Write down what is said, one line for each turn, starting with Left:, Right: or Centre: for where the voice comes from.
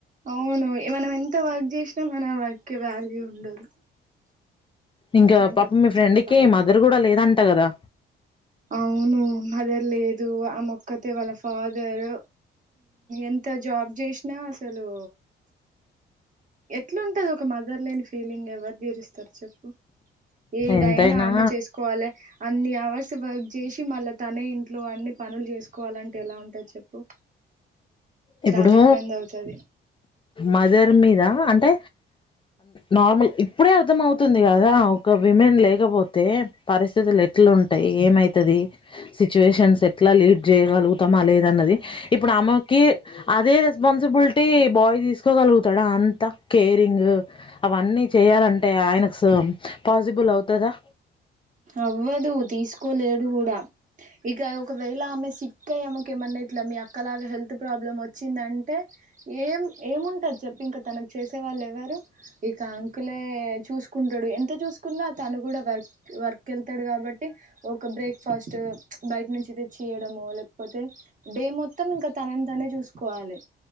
Right: అవును మనం ఎంత వర్క్ చేసినా మన వర్క్ కి వాల్యూ ఉండదు
Left: ఇంకా
Right: అట్లాంటప్పుడు
Left: పాపం మీ ఫ్రెండ్కి
Right: చాలా బాధాకరం
Left: మదర్ కూడా లేదంట కదా
Right: అవును మదర్ లేదు ఆ మొక్కతే వాళ్ళ ఫాదర్ ఎంత జాబ్ చేసినా అసలు ఎట్లా ఉంటది ఒక మదర్ లేని ఫీలింగ్ ఫీలింగ్ ఎవరు తీరుస్తారు చెప్పు ఏదైనా
Left: ఎంతైనా
Right: ఆమె చేసుకోవాలి అన్ని అవర్స్ వర్క్ చేసి మళ్ళా తనే ఇంట్లో అన్నీ పనులు చేసుకోవాలంటే ఎలా ఉంటది చెప్పు
Left: ఇప్పుడు
Right: చాలా ఇబ్బంది అవుతది
Left: మదర్ మీద అంటే నార్మల్ ఇప్పుడే అర్థం అవుతుంది కదా ఒక విమెన్ లేకపోతే పరిస్థితి పతులు ఎట్లా ఉంటాయి ఏమైతే తది సిచ్యువేషన్స్ ఎట్లా లీడ్ చేయగలుగు త్తమా లేదన్నది ఇప్పుడు అమ్మేకి అదే రెస్పాన్సిబిలిటీ బాయ్ తీసుకోగలుగుతాడా అంత కేరింగ్ అవన్నీ చేయాలంటే ఆయన పాజిబుల్ అవుతాదా
Right: అవ్వదు తీసుకోలేడు కూడా ఇక ఒకవేళ ఆమె సిక్క్క అయ్యామక ఏమన్నా ఇట్లా మీ అక్కలాగా హెల్త్ ప్రాబ్లం వచ్చిందంటే ఏం ఏముంటది చెప్పి ఇంక తనకు చేసే వాళ్ళు ఎవ్వరు ఇక అంకులే చూసుకుంటాడు ఎంత చూసుకున్నా తను కూడా వర్క్ వెళ్తాడు కాబట్టి ఒక బ్రేక్ఫాస్ట్ బయట నుంచి అయితే చేయడముో లేకపోతే డే మొత్తం ఇంకా తనని తనే చూసుకోవాలి